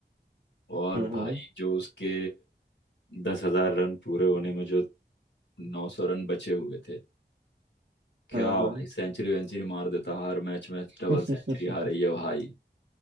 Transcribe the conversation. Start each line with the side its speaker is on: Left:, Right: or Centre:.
Left: और
Right: हम्म
Left: भाई
Right: हम्म
Left: जो उसके दस हजार रन पूरे होने में जो नौ सौ रन बचे हुए थे क्या
Right: हाँ हाँ
Left: भाई सेंचुरी वेंचुरी मार देता हर मैच में डबल
Right: <laughs>
Left: सेंचुरी आ रही है भाई